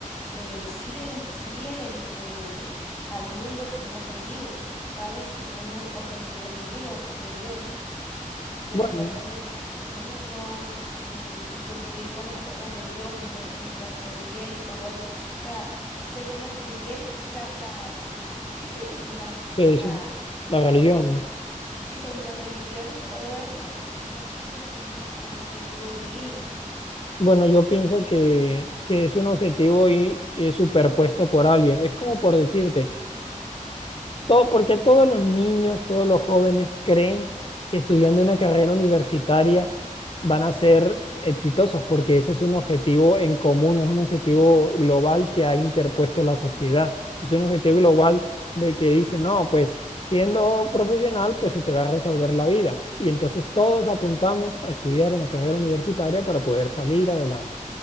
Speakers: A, in the centre; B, on the left.
A: eh, si ven, si vienen eh, al mundo con un objetivo, sabes que es un objetivo divino de Dios, que
B: Bueno.
A: de pronto es venir a este mundo y, y cumplir con las cosas de Dios, venir a este mundo a hacer el bien y todo eso. O sea, según las creencias, la, la, la, sí se dice así, la,
B: Sí,
A: la,
B: sí, la religión,
A: sí,
B: ¿no?
A: sí, según las religiones y todo eso, pues uno sí viene a este mundo con un objetivo divino.
B: Bueno, yo pienso que, que es un objetivo y, y superpuesto por alguien. Es como por decirte. Todo, porque todos los niños, todos los jóvenes creen que estudiando una carrera universitaria van a ser exitosos, porque ese es un objetivo en común, es un objetivo global que ha interpuesto la sociedad. Es un objetivo global
A: Ok.
B: de que dice, no, pues siendo profesional, pues se te va a resolver la vida. Y entonces todos apuntamos a estudiar una carrera universitaria para poder salir adelante.